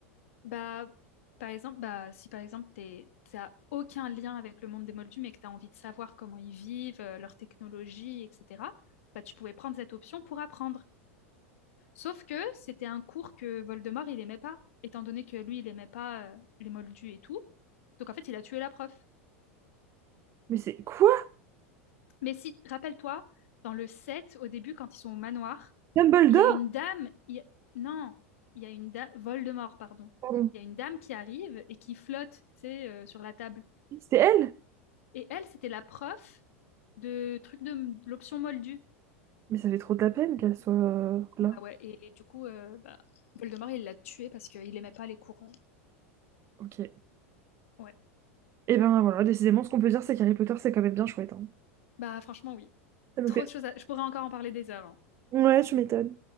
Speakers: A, on the left; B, on the right.
A: Bah, par exemple, bah, si par exemple, t'es, t'as aucun lien avec le monde des moldus, mais que tu as envie de savoir comment ils vivent, euh, leur technologie, etc., bah, tu pouvais prendre cette option pour apprendre. Sauf que c'était un cours que Voldemort, il aimait pas, étant donné que lui, il aimait pas euh, les moldus et tout. Donc en fait, il a tué la prof.
B: Mais c'est quoi?
A: Mais si, rappelle-toi, dans le 7, au début, quand ils sont au manoir,
B: Dumbledore?
A: il y a une dame. il y a- Non, il y a une dame. Voldemort, pardon.
B: Pardon.
A: Il y a une dame qui arrive et qui flotte, tu sais, euh, sur la table.
B: C'était elle?
A: Et elle, c'était la prof de truc de, de l'option Moldu.
B: Mais ça fait trop de la peine qu'elle soit euh, là.
A: Bah ouais, et, et du coup, euh, bah, Voldemort, il l'a tuée parce qu'il aimait pas les cours. euh.
B: Ok.
A: Ouais.
B: Et ben voilà, décidément, ce qu'on peut dire, c'est qu'Harry Potter, c'est quand même bien chouette. hein.
A: Bah franchement, oui.
B: Ça nous
A: Trop
B: fait.
A: de choses à... Je pourrais encore en parler des heures. hein.
B: Ouais, tu m'étonnes.